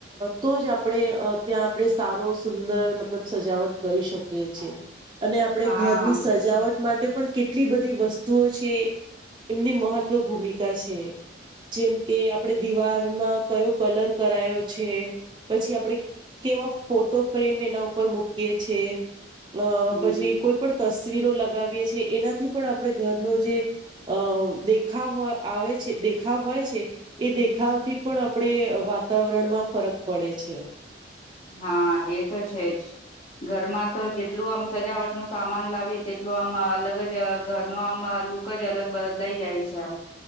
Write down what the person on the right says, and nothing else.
તો જ આપણે ત્યાં આપણે સારો સુંદર મતલબ સજાવટ કરી શકીએ છેીએ અને આપણે
ઘરની સજાવટ માટે પણ કેટલી બધી વસ્તુઓ છે એમની મહત્વ ભૂમિકા છે જેમ કે આપડે દિવારમાં કયો કલર કરાયો છે પછી આપડે કેવા ફોટો ફ્રેમ એના ઉપર મૂકીએ છે. અહ
પછી કોઈ પણ તસવીરો લગાવીએ છીએ એના દી આપડે ઘરનો જે અહ દેખ આવે છે દેખાવ હોય છે એ દેખાવથી પણ આપણડે વાતાવરણમાં ફરક પડે છે.